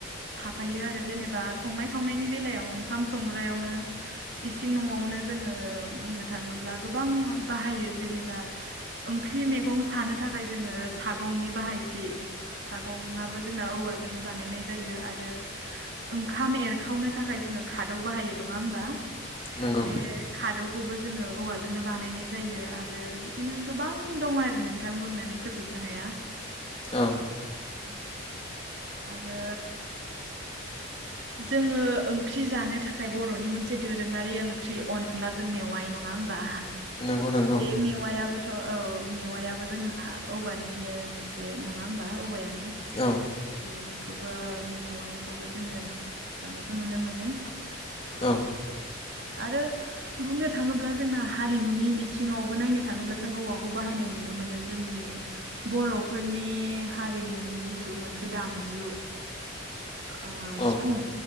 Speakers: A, on the right; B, on the left.
A: थाफायो आरो जेनेबा संनाय खावनायनि बेलायाव ओंखाम संग्रायावनो सिं न'आवनो जोङो बुंनो थाङोब्ला गोबां बाहायो जेनेबा ओंख्रि मैगं सानो थाखाय जोङो सागंनि बाहायथि गंआबो जोंना औवाजोंनो बानायनाय जायो आरो। ओंखाम एरखावनो थाखाय जोङो खादौ बाहायो नङा होमबा?
B: नंगौ
A: बे खादौखौबो जोङो औवाजोंनो बानायनाय जायो आरो बिदिनो गोबां दङ आरो नोंथां बुंनानै फोजोबनो हाया।
B: औ।
A: उम। आरो जोङो ओंख्रि जानो थाखाय बर'नि मोनसे दोरोङारि ओंख्रि अनला जों मेवाइ नङा होमबा
B: नंगौ नंगौ
A: बे मेवायाबो थ' औ मेवायाबो जोंना औवानिनो मोनसे नङा होमबा औवायानो
B: औ
A: बेखौबो मेवायखौबो जोङो जानायखौ नुनो मोनो
B: औ
A: आरो बुंनो थाङोब्ला जोंना हारिमुनि बिथिङावबो नायनो थाङोब्ला जों औवाखौ बाहायनाय नुनो मोनो जोंनि बर'फोरनि हारिमुनि जिथु मोनसे दामजु ओ
B: औ
A: सिफुं